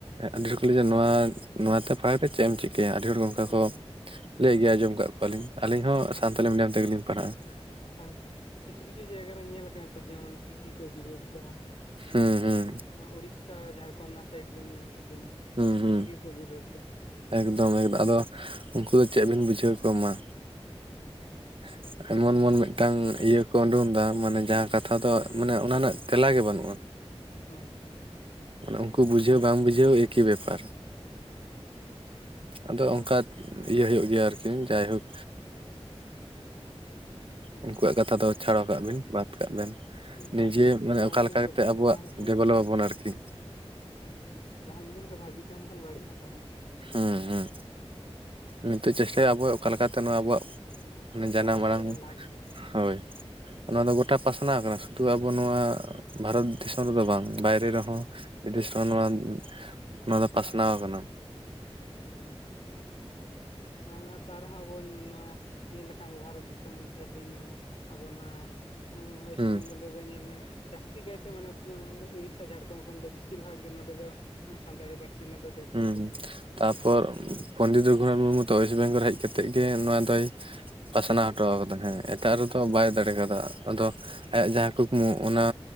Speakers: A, on the right (about 55°); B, on the left (about 65°).
A: ᱟᱹᱰᱤ ᱦᱚᱲ ᱠᱚ ᱞᱟᱹᱭᱟ ᱱᱚᱣᱟ ᱱᱚᱣᱟᱛᱮ ᱯᱟᱲᱦᱟᱣ ᱠᱟᱛᱮᱜ ᱪᱮᱫ ᱮᱢ ᱪᱤᱠᱟᱹᱭᱟ ᱟᱹᱰᱤ ᱦᱚᱲ ᱚᱱᱠᱟ
B: ᱦᱩᱸ
A: ᱠᱚ᱾
B: ᱦᱩᱸ
A: ᱞᱟᱹᱭ ᱜᱮᱭᱟ ᱟᱸᱡᱚᱢ ᱟᱠᱟᱫ ᱠᱚᱣᱟᱞᱤᱧ ᱟᱹᱞᱤᱧ ᱦᱚᱸ
B: ᱦᱩᱸ
A: ᱥᱟᱱᱛᱟᱞᱤ ᱢᱤᱰᱤᱭᱟᱢ ᱛᱮᱜᱮᱞᱤᱧ ᱯᱟᱲᱦᱟᱜ ᱾
B: ᱵᱟᱝ ᱠᱤᱪᱷᱩ ᱠᱤᱪᱷᱩ ᱡᱟᱭᱜᱟᱮ ᱧᱮᱞ ᱠᱟᱱᱟ ᱛᱚ ᱡᱮᱢᱚᱱ ᱪᱤᱠᱤ ᱠᱚ ᱵᱤᱨᱳᱫᱽ ᱮᱫᱟ᱾
A: ᱦᱩᱸ ᱦᱩᱸ
B: ᱚᱱᱟ ᱳᱲᱤᱥᱟ ᱡᱷᱟᱲᱠᱷᱚᱱᱰ ᱚᱱᱟ ᱥᱟᱭᱤᱰ ᱨᱮ ᱫᱚ ᱧᱮᱞ ᱵᱤᱱ
A: ᱦᱩᱸ ᱦᱩᱸ
B: ᱪᱤᱠᱤ ᱠᱚ ᱵᱤᱨᱳᱫᱽ ᱮᱫᱟ
A: ᱮᱠᱫᱚᱢ ᱮᱠᱫᱚᱢ ᱟᱫᱚ ᱩᱱᱠᱩ ᱫᱚ ᱪᱮᱫ ᱵᱤᱱ ᱵᱩᱡᱷᱟᱹᱣ ᱟᱠᱚᱣᱟ ᱢᱟ᱾
B: ᱦᱩᱸ
A: <unintelligible> ᱮᱢᱚᱱ ᱮᱢᱚᱱ ᱢᱤᱫᱴᱟᱝ ᱤᱭᱟᱹ ᱠᱚ ᱩᱰᱳᱝ ᱮᱫᱟ ᱢᱟᱱᱮ ᱡᱟᱦᱟᱸ ᱠᱟᱛᱷᱟ ᱫᱚ ᱢᱟᱱᱮ ᱚᱱᱟ ᱨᱮᱱᱟᱜ ᱛᱮᱞᱟ ᱜᱮ ᱵᱟᱹᱱᱩᱜᱼᱟ᱾
B: ᱦᱩᱸ ᱦᱩᱸ
A: ᱢᱟᱱᱮ ᱩᱱᱠᱩ ᱵᱩᱡᱷᱟᱹᱣ ᱵᱟᱝ ᱵᱩᱡᱷᱟᱹᱣ ᱮᱠᱤ ᱵᱮᱯᱟᱨ᱾
B: ᱦᱩᱸ
A: ᱟᱫᱚ ᱚᱱᱠᱟ ᱤᱭᱟᱹ ᱦᱩᱭᱩᱜ ᱜᱮᱭᱟ ᱟᱨᱠᱤ ᱡᱟᱭᱦᱳᱠ
B: ᱟᱪᱪᱷᱟ
A: ᱩᱱᱠᱩᱣᱟᱜ ᱠᱟᱛᱷᱟ
B: ᱟᱪᱪᱷᱟ
A: ᱫᱚ ᱪᱷᱟᱲᱟ ᱠᱟᱜ ᱵᱤᱱ, ᱵᱟᱫᱽ ᱠᱟᱜ ᱵᱤᱱ ᱱᱤᱡᱮ
B: ᱡᱟᱦᱟᱸ
A: ᱢᱟᱱᱮ
B: ᱡᱟᱦᱟᱸ
A: ᱚᱠᱟᱞᱮᱠᱟ
B: ᱡᱤᱱᱤᱥ
A: ᱠᱟᱛᱮᱜ
B: ᱨᱮ ᱵᱷᱟᱹᱜᱤ
A: ᱟᱵᱚᱣᱟᱜ
B: ᱛᱟᱦᱮᱱ ᱠᱷᱟᱱ
A: ᱰᱮᱵᱷᱞᱚᱯ ᱟᱵᱚᱱ ᱟᱨᱠᱤ᱾
B: ᱦᱩᱸ ᱦᱩᱸ ᱡᱟᱦᱟᱸ ᱡᱤᱱᱤᱥ ᱨᱮ ᱵᱷᱟᱜᱤ ᱛᱟᱦᱮᱸᱱ ᱠᱷᱟᱱ ᱵᱟᱹᱲᱤᱡ ᱦᱚᱸ ᱛᱟᱦᱮᱸᱱ ᱜᱮᱭᱟ
A: ᱦᱩᱸ ᱦᱩᱸ ᱱᱤᱛᱚᱜ ᱪᱮᱥᱴᱟᱭᱟ ᱟᱵᱚ ᱚᱠᱟ ᱞᱮᱠᱟᱛᱮ ᱱᱚᱣᱟ ᱟᱵᱚᱣᱟᱜ ᱡᱟᱱᱟᱢ
B: ᱞᱟᱦᱟ
A: ᱢᱟᱲᱟᱝ
B: ᱥᱮᱫ ᱵᱚᱱ ᱞᱟᱦᱟ ᱤᱫᱤᱭᱟ
A: ᱦᱳᱭ ᱚᱱᱟ ᱫᱚ ᱜᱚᱴᱟ ᱯᱟᱥᱱᱟᱜ ᱠᱟᱱᱟ ᱥᱩᱫᱷᱩ ᱟᱵᱚ ᱱᱚᱣᱟ᱾ ᱵᱷᱟᱨᱚᱛ ᱫᱤᱥᱚᱢ ᱨᱮᱫᱚ ᱵᱟᱝ ᱵᱟᱦᱨᱮ ᱨᱮᱦᱚᱸ ᱵᱤᱫᱮᱥ ᱨᱮᱦᱚᱸ ᱱᱚᱣᱟ ᱱᱚᱣᱟ ᱫᱚ ᱯᱟᱥᱱᱟᱣ ᱟᱠᱟᱱᱟ
B: ᱦᱩᱸ ᱵᱟᱝᱼᱟ ᱛᱮ ᱨᱮᱦᱚᱸ ᱟᱵᱚ ᱱᱚᱣᱟ ᱧᱮᱞ ᱞᱮᱠᱷᱟᱱ ᱵᱷᱟᱨᱚᱛ ᱫᱤᱥᱚᱢ ᱢᱚᱫᱽᱫᱷᱮ ᱨᱮᱫᱚ ᱡᱮ ᱟᱵᱚ ᱱᱚᱣᱟ ᱭᱮᱥᱴ
A: ᱦᱩᱸ
B: ᱵᱮᱝᱜᱚᱞ ᱨᱮᱫᱚ ᱧᱮᱞ ᱢᱮ ᱡᱟᱹᱥᱛᱤ ᱠᱟᱭᱛᱮ ᱢᱟᱱᱮ ᱳᱩᱲᱤᱥᱟ ᱡᱷᱟᱲᱠᱷᱚᱱᱰ ᱡᱷᱟᱲᱠᱷᱚᱱ ᱠᱷᱚᱱ ᱫᱚ ᱵᱮᱥᱤᱨ ᱵᱷᱟᱜᱽ ᱜᱮ ᱱᱚᱸᱰᱮ ᱫᱚ ᱥᱟᱱᱛᱟᱲᱤ ᱯᱟᱹᱨᱥᱤ ᱨᱮᱱᱟᱜ ᱫᱚ᱾ ᱰᱮᱵᱷᱞᱚᱯ
A: ᱦᱩᱸ
B: ᱦᱩᱭ
A: ᱦᱩᱸ
B: ᱠᱟᱱᱟ
A: ᱛᱟᱯᱚᱨ ᱯᱚᱱᱰᱤᱛ ᱨᱚᱜᱷᱩᱱᱟᱛᱷ ᱢᱩᱨᱢᱩ ᱛᱚ ᱭᱮᱥᱴ ᱵᱮᱝᱜᱚᱞ ᱦᱮᱡ ᱠᱟᱛᱮᱜ ᱜᱮ ᱱᱚᱣᱟ ᱫᱚᱭ ᱯᱟᱥᱱᱟᱣ ᱦᱚᱴᱚ ᱠᱟᱫᱟ ᱦᱮᱸ ᱮᱴᱟᱜ
B: ᱦᱩᱸ
A: ᱨᱮᱫᱚ
B: ᱦᱩᱸ
A: ᱵᱟᱭ ᱫᱟᱲᱮ ᱠᱟᱫᱟ ᱟᱫᱚ ᱟᱭᱟᱜ ᱡᱟᱦᱟᱸ ᱠᱚ ᱠᱩᱠᱢᱩ ᱚᱱᱟ